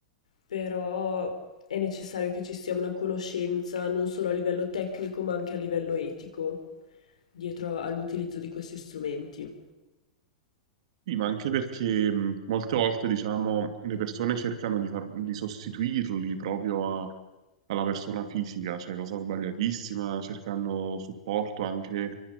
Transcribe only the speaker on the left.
però è necessario che ci sia una conoscenza non solo a livello tecnico, ma anche a livello etico dietro all'utilizzo di questi strumenti.